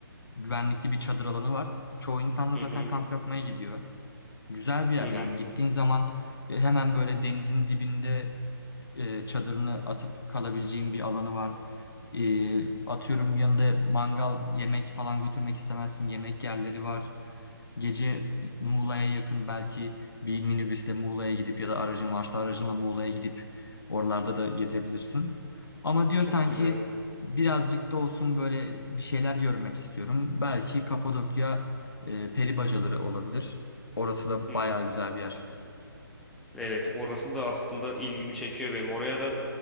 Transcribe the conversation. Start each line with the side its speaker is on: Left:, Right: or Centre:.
Left: güvenlikli bir çadır alanı var. Çoğu insan da
Centre: Hı
Left: zaten
Centre: hı.
Left: kamp yapmaya gidiyor. Güzel bir yer
Centre: Hı hı.
Left: yani gittiğin zaman e, hemen böyle denizin dibinde e, çadırını atıp kalabileceğin bir alanı var. E, atıyorum yanında mangal yemek falan götürmek istemezsin yemek yerleri var. Gece Muğla'ya yakın belki bir minibüsle Muğla'ya gidip ya da aracın varsa aracınla Muğla'ya gidip oralarda da gezebilirsin. Ama diyor
Centre: Çok
Left: sanki
Centre: güzel.
Left: birazcık da olsun böyle bir şeyler görmek istiyorum. Belki Kapadokya e, peri bacaları olabilir. Orası da
Centre: Hmm.
Left: bayağı güzel bir yer.
Centre: Evet, orası da aslında ilgimi çekiyor benim. Oraya da